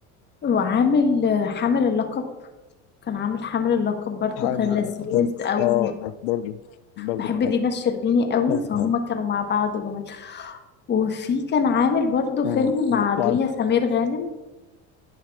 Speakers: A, on the left; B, on the left.
A: وعامل آه، حامل اللقب كان عامل حامل اللقب برضو
B: حامل
A: كان
B: اللقب
A: لذيذ
B: برضه
A: قوي
B: اه برضه برضه
A: بحب
B: كان حامل
A: دينا الشربيني قوي
B: برضه
A: فهم
B: كان حامل
A: كانوا مع بعض جمال وفي كان عامل برضو
B: مم.
A: فيلم مع
B: و-
A: دنيا
B: وعلى
A: سمير غانم